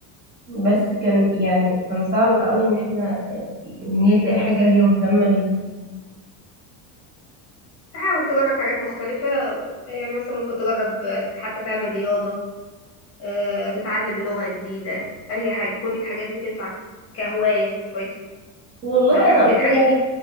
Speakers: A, on the left; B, on the right.
A: مم.
B: بس كان يعني كان صعب قوي ان احنا ان هي تلاقي حاجة هي مهتمة بيها
A: تحاول تجرب حاجات مختلفة يعني مثلا ممكن تجرب آه، حتى تعمل رياضة آه، تتعلم لغة جديدة أي حاجة كل الحاجات دي تنفعك كهواية كويسة
B: والله
A: لو حبت
B: انا قلت
A: حاجة
B: لها
A: فيه